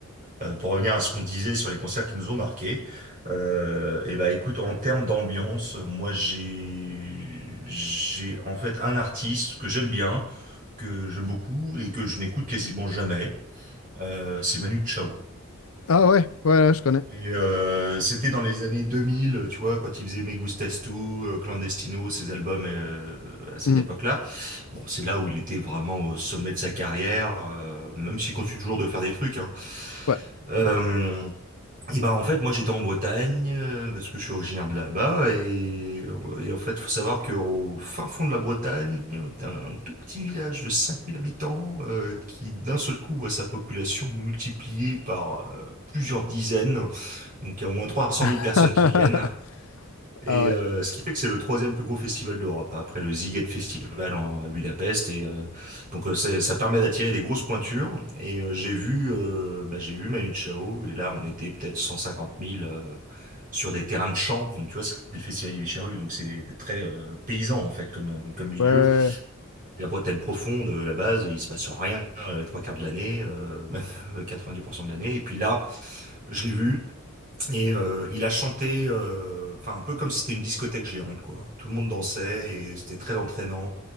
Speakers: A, on the right (about 40°); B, on the left (about 70°).
A: euh, pour revenir à ce qu'on disait sur les concerts qui nous ont marqués, euh, et bah écoute, en termes d'ambiance, moi, j'ai j'ai en fait un artiste que j'aime bien que j'aime beaucoup et que je n'écoute quasiment jamais, euh, c'est Manu Chao.
B: Ah ouais, ouais, ouais, je connais.
A: Et euh, c'était dans les années 2000, tu vois, quand il faisait Me Gustas Tu, euh, Clandestino, ses albums euh, à cette
B: Mm.
A: époque-là. Bon, c'est là où il était vraiment au sommet de sa carrière, euh, même s'il continue toujours de faire des trucs. hein.
B: Ouais.
A: Euh, Et ben en fait moi j'étais en Bretagne euh, parce que je suis originaire de là-bas et, euh, et en fait faut savoir qu'au fin fond de la Bretagne t'as un tout petit village de cinq mille habitants euh, qui d'un seul coup voit sa population multipliée par euh, plusieurs dizaines donc il y a au moins trois cent
B: <laughs>
A: mille personnes qui viennent et
B: Ah ouais,
A: euh, ce qui fait que c'est le troisième plus gros festival d'Europe, hein, après le Sziget Festival en- à Budapest. Et euh, donc euh, c'est- ça permet d'attirer des grosses pointures. Et euh, j'ai vu, euh, bah, j'ai vu Manu Chao. Et là, on était peut-être 150 000 euh, sur des terrains de champs. Donc tu vois, c'est le festival du Charru, donc c'est très euh, paysan en fait comme comme milieu.
B: ouais.
A: la Bretagne profonde, euh, la base, il se passe rien euh, les trois quarts de l'année, euh, <laughs> même 90% de l'année. Et puis là, je l'ai vu. Et euh, il a chanté, euh, enfin un peu comme si c'était une discothèque géante, quoi. Tout le monde dansait et c'était très entraînant,